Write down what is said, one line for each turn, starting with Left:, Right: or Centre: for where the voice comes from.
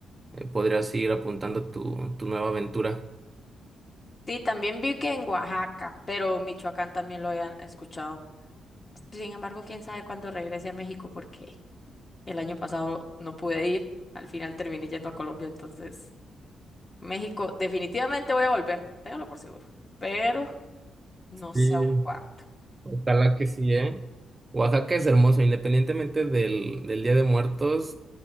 Right: eh, podrías ir apuntando tu, tu nueva aventura.
Left: Sí, también vi que en Oaxaca, pero Michoacán también lo habían escuchado. Sin embargo, quién sabe cuándo regrese a México porque el año pasado no pude ir, al final terminé yendo a Colombia, entonces México definitivamente voy a volver, téngalo por seguro. Pero No sé
Right: Sí.
Left: aún cuándo.
Right: Ojalá que sí, ¿eh? Oaxaca es hermoso, independientemente del, del Día de Muertos,